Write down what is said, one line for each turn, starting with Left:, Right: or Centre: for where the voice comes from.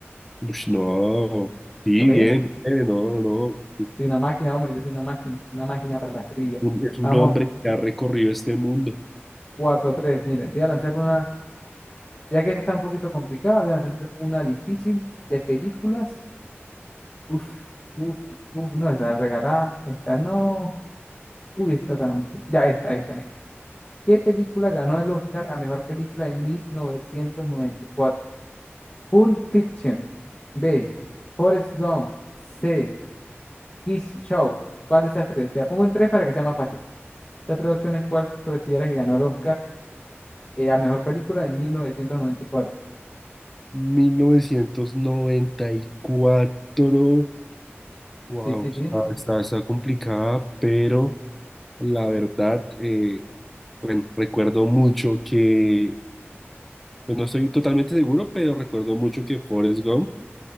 Centre: Ush, no, sí,
Left: ¿La pegué?
Centre: bien, bien, no, no, no.
Left: Soy una máquina, hombre, yo soy una máquina, una máquina para las trivias.
Centre: Un- es un
Left: Vamos,
Centre: hombre que ha recorrido este mundo.
Left: cuatro tres Mire, voy a lanzar una, ya que esta está un poquito complicada, voy a lanzar una difícil de películas. Uf, uf, uf, no, está regalada, esta no. Uy, esta tan. Ya, esta, esta, mira. ¿Qué película ganó el Oscar a mejor película en 1994? Pulp Fiction. B. Forrest Gump. C. Kiss Show. ¿Cuál de esas tres? Te la pongo en tres para que sea más fácil. Estas tres opciones, ¿cuál consideras que ganó el Oscar eh, a mejor película en 1994?
Centre: mil novecientos noventa y cuatro Wow,
Left: Sí, sí, sí.
Centre: está, está, está complicada, pero la verdad, eh, bueno, recuerdo mucho que, pues no estoy totalmente seguro, pero recuerdo mucho que Forrest Gump